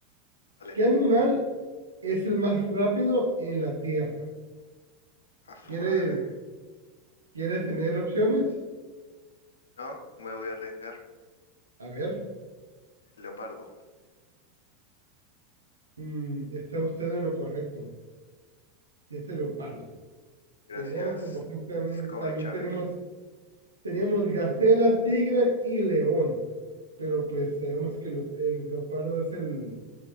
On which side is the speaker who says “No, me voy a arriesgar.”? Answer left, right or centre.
Left